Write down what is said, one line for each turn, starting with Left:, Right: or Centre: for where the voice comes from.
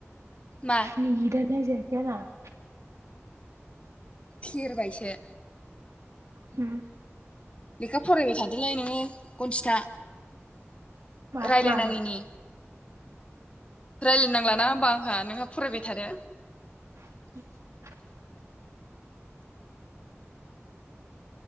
Left: मा
Right: ने दा नो नायजाया <unintelligible>
Left: थेरबायसो।
Right: होम
Left: लेखा फरायबाय थादोलै नोङो खनजिथा।
Right: मा
Left: रायलायनाङिनि
Right: मानो
Left: रायलायनांला ना होमबा आंहा नोंहा फरायबाय थादो।
Right: <inaudible>